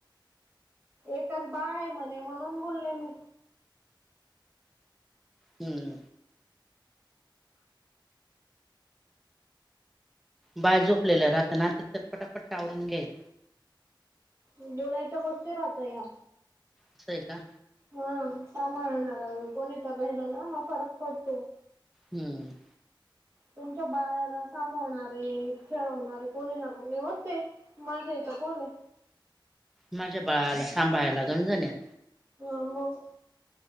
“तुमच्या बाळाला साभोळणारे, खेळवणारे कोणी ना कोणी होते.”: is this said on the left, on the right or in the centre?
Right